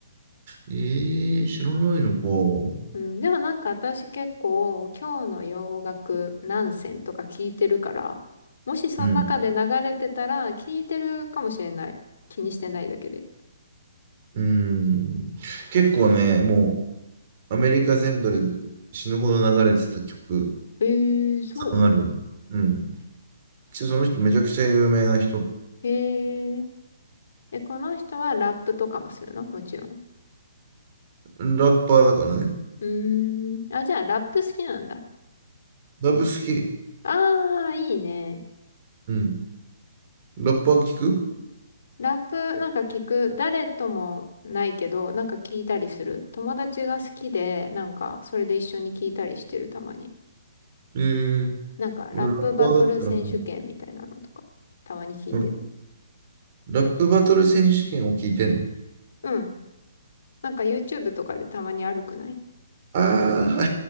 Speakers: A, on the right (about 40°); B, on the left (about 65°).
A: えー、知らないのか。
B: うん、でもなんか私結構今日の洋楽何選とか聞いてるから、もしその中で流れてたら聞いてるかもしれない。
A: うん。
B: 気にしてないだけで。
A: うん。結構ね、もうアメリカ全土で死ぬほど流れてた曲、
B: えー、そうなんだ。
A: んある。うん。その人めちゃくちゃ有名な人。
B: えー、え、この人はラップとかもするのもちろん。
A: ラッパーだからね。
B: うーん。あ、じゃあラップ好きなんだ。
A: ラブ好き。
B: あー、いいね。
A: うん。ラッパー聞く
B: ラップなんか聞く。誰ともないけど、なんか聞いたりする。友達が好きで、なんかそれで一緒に聞いたりしてるたまに。
A: えー、
B: なんか、
A: 俺ラッパーだったらね、
B: ラップバトル選手権みたいなのとか、たまに聞いてる。
A: うん。ラップバトル選手権を聞いてんの
B: うん。なんか YouTube とかでたまにあるくない
A: ああー、は